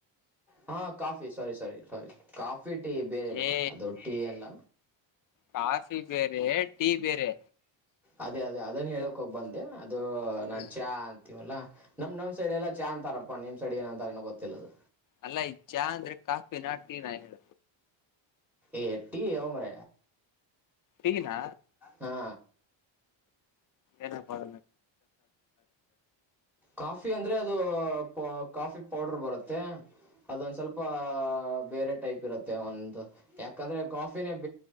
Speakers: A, in the centre; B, on the left.
A: ಹಾ ಕಾಫಿ ಸರಿ ಸರಿ ಸರಿ ಕಾಫಿ ಟೀ ಬೇರೆ ಬೇರೆ
B: ಏ
A: ಅದು ಟೀ ಎಲ್ಲ
B: ಕಾಫಿ ಬೇರೆ ಟೀ ಬೇರೆ
A: ಅದೇ ಅದೇ ಅದನ್ ಹೇಳಕ್ ಹೋಗ್ಬಂದೆ ಅದು ನಾನ್
B: ಹ
A: ಚಾ ಅಂತೀವಲ್ಲಾ ನಮ್ ನಮ ಸೈಡ್ ಎಲ್ಲ ಚಾ ಅಂತಾರಪ್ಪ ನಿಮ್ ಸೈಡ್ ಏ ಅಂತಾರೆಏನ ಗೊತ್ತಿಲ್ಲದು
B: ಅಲ್ಲ ಈ ಚಾ ಅಂದ್ರೆ ಕಾಫಿ ನಾ ಟೀ ನ ಹೇಳ
A: ಎಏ ಟಿ ಅವ ಮ್ರ
B: ಟೀನಾ
A: ಹಾ
B: ಏ ಪಡ
A: ಕಾಫಿ ಅಂದ್ರೆ ಅದು ಕಾಫಿ ಪೌಡರ್ ಬರುತ್ತೆ ಅದೊಂದು ಸ್ವಲ್ಪ ಬೇರೆ ಟೈಪ್ ಇರುತ್ತೆ ಒಂದು ಯಾಕಂದ್ರೆ ಕಾಫಿನೇ